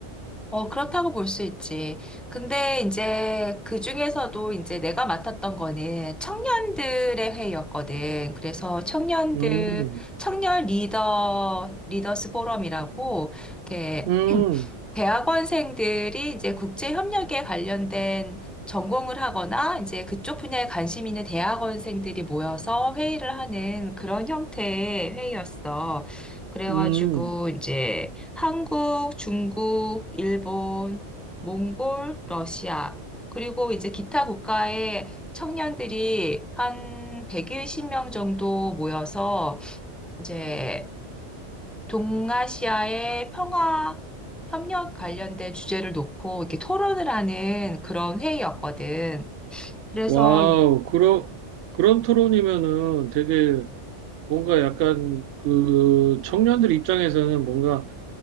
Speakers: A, in the centre; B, on the right (about 80°).
A: 어, 그렇다고 볼 수 있지. 근데 이제 그 중에서도 이제 내가 맡았던 거는 청년들의 회의였거든. 그래서 청년들,
B: 음,
A: 청년 리더, 리더스 포럼이라고, 이렇게,
B: 음,
A: <clears throat> 대학원생들이 이제 국제협력에 관련된 전공을 하거나 이제 그쪽 분야에 관심 있는 대학원생들이 모여서 회의를 하는 그런 형태의 회의였어. 그래가지고
B: 음.
A: 이제 한국, 중국, 일본, 몽골, 러시아. 그리고 이제 기타 국가의 청년들이 한1 1 0명 정도 모여서 이제 동아시아의 평화 협력 관련된 주제를 놓고 이렇게 토론을 하는 그런 회의였거든. 그래서
B: 와우, 그러, 그런 토론이면은 되게 뭔가 약간 그 청년들 입장에서는 뭔가